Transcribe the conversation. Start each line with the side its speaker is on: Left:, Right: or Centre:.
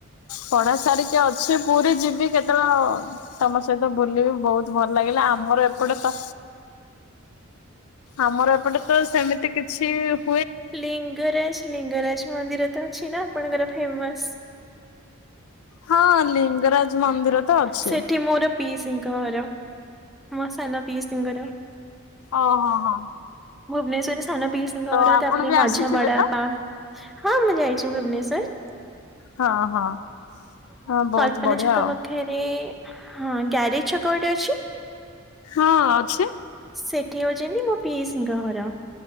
Left: ପଢା ସାରିକି ଅଛି ପୁରୀ ଯିବି କେତେବେଳେ ତମ ସହିତ ବୁଲିବି। ବହୁତ ଭଲ ଲାଗିଲା ହେଲେ ଆମର ଏପଟେ ପା ଆମର ଏପଟେ ତ ସେମିତି କିଛି-ଇ-ଇ
Centre: ଲିଙ୍ଗରାଜ ଲିଙ୍ଗରାଜ ମନ୍ଦିର ତ ଅଛି ନା ଆପଣଙ୍କର ଫେମସ।
Left: ହଁ ଲିଙ୍ଗରାଜ ମନ୍ଦିର ତ ଅଛି।
Centre: ସେଠି ମୋର ପିଇସିଙ୍କ ଘର। ମୋ ସାନ ପିଇସିଙ୍କର,
Left: ଓହୋ ହୋ
Centre: ଭୁବନେଶ୍ଵରେ ସାନ ପିଇସିଙ୍କ
Left: ତ
Centre: ଘର
Left: ଆପଣ
Centre: ତାପରେ
Left: ବି
Centre: ମାଝିଆ
Left: ଆସିଥିବେ
Centre: ବଡ଼
Left: ତ?
Centre: ବାପା। ହଁ ମୁଁ ଯାଇଛି ଭୁବନେଶ୍ଵର।
Left: ହଁ ହଁ ହଁ ବହୁତ
Centre: ମାନେ
Left: ବଢିଆ
Centre: ଛକ
Left: ଆଉ
Centre: ପାଖରେ ହଁ ଗ୍ୟାରେଜ ଛକ ଗୋଟେ ଅଛି।
Left: ହଁ ଅଛି।
Centre: ସେଠି ହଉଛନ୍ତି ମୋ ପିଇସିଙ୍କ ଘର